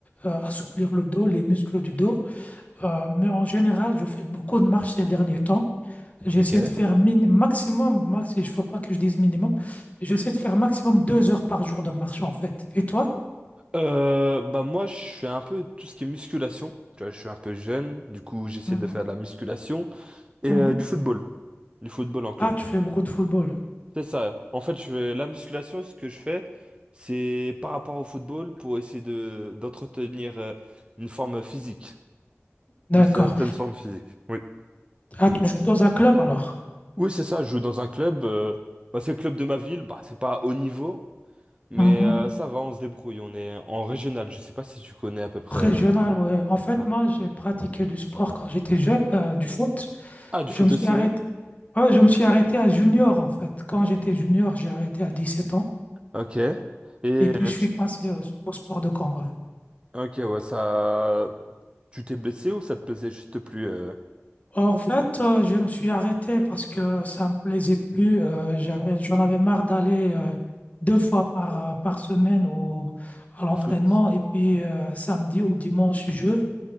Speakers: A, on the left (about 30°); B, on the right (about 20°).
A: euh, assouplir le dos, les muscles du dos. Euh, mais en général, je fais beaucoup de marche ces derniers temps. J'essaie
B: Ok.
A: de faire min maximum, max, il ne faut pas que je dise minimum, j'essaie de faire maximum deux heures par jour de marche en fait. Et toi?
B: Euh, bah moi, je fais un peu tout ce qui est musculation. Tu vois, je suis un peu jeune, du coup, j'essaie
A: Mhm,
B: de faire de la musculation et
A: mhm.
B: euh, du football, du football en club.
A: Ah, tu fais beaucoup de football.
B: C'est ça. En fait, je fais la musculation. Ce que je fais, c'est par rapport au football pour essayer de d'entretenir euh, une forme physique,
A: D'accord.
B: une certaine forme physique. Oui.
A: Ah, tu joues dans un club alors?
B: Oui, c'est ça, je joue dans un club. euh, bah, c'est le club de ma ville, bah, c'est pas haut niveau, mais
A: Mhm.
B: euh, ça va, on se débrouille. On est en régional, je sais pas si tu connais à peu près.
A: Régional, ouais. En fait,
B: Ouais.
A: moi, j'ai pratiqué du sport quand j'étais jeune, euh, du foot.
B: Ah, du
A: Je
B: foot
A: me suis
B: aussi,
A: arrêté.
B: oui.
A: ouais, je me suis arrêté à junior, en fait. Quand j'étais junior, j'ai arrêté à dix sept ans.
B: Ok. Et euh,
A: Et puis, je suis
B: tu...
A: passé au, au sport de combat.
B: Ok, ouais, ça. Tu t'es blessé ou ça te plaisait juste plus euh,
A: En fait, euh, je me suis arrêté parce que ça me plaisait plus. euh, j'avais, j'en avais marre d'aller euh, deux fois par, euh, par semaine au, à l'entraînement.
B: au foot?
A: Et puis, euh, samedi ou dimanche, je. Euh,